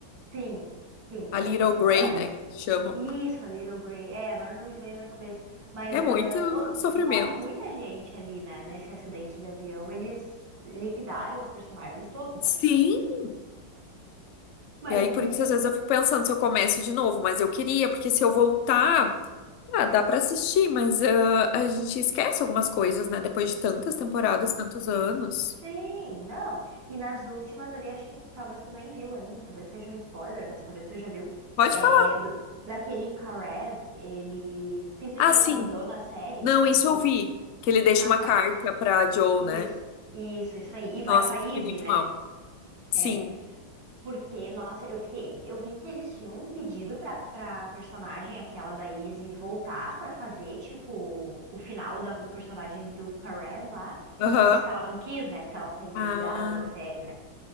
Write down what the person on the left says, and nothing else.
a Little Grey,
né, que chamam.
É muito
sofrimento.
Sim,
E aí,
por isso, às vezes eu fico pensando se eu começo de novo, mas eu queria, porque se eu voltar, ah, dá pra assistir, mas ah, a gente esquece algumas coisas, né? Depois de tantas temporadas,
tantos anos.
Pode
falar.
Ah, sim.
Não,
isso
eu vi.
Que ele deixa
uma
carta pra Joe,
né?
Nossa,
eu
fiquei muito
mal. Sim.
Aham.
Ah,